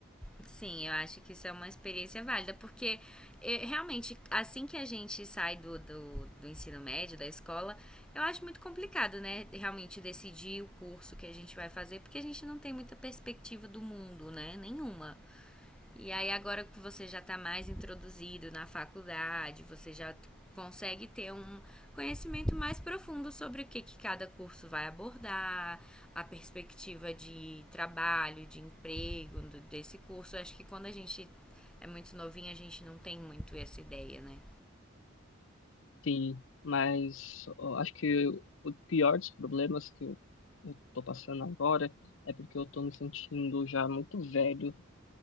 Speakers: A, in the centre; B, on the left.
A: Sim, eu acho que isso é uma experiência válida, porque eh, realmente, assim que a gente sai do, do, do ensino médio, da escola, eu acho muito complicado, né? Realmente decidir o curso que a gente vai fazer, porque a gente não tem muita perspectiva do mundo, né? Nenhuma. E aí agora que você já está mais introduzido na faculdade, você já consegue ter um conhecimento mais profundo sobre o que, que cada curso vai abordar, a perspectiva de trabalho, de emprego do- desse curso. Eu Acho que quando a gente é muito novinho, a gente não tem muito essa ideia, né?
B: Sim, mas ó, acho que o pior dos problemas que eu, eu tô passando agora é porque eu tô me sentindo já muito velho